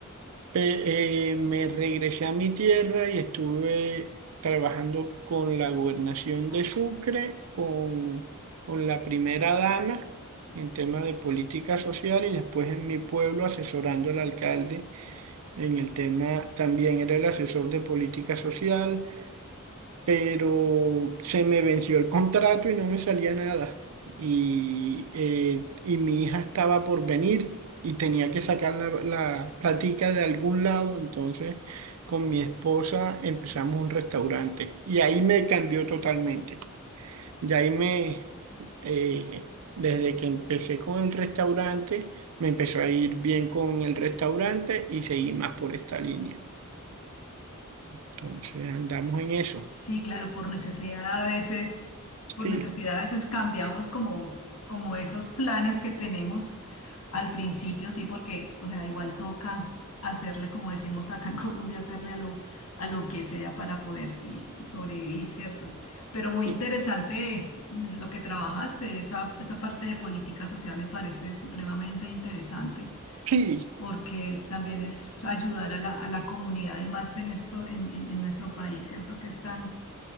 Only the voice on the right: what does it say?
Pe- eh, me regresé a mi tierra y estuve trabajando con la gobernación de Sucre, con, con la primera dama en tema de política social y después en mi pueblo asesorando al alcalde en el tema, también era el asesor de política social pero se me venció el contrato y no me salía nada. Y, eh, y mi hija estaba por venir y tenía que sacar la, la platica de algún lado, entonces con mi esposa empezamos un restaurante y ahí me cambió totalmente. Y ahí me, eh, desde que empecé con el restaurante, me empezó a ir bien con el restaurante y seguí más por esta línea. Entonces andamos en eso.
Sí.
Sí,
sí.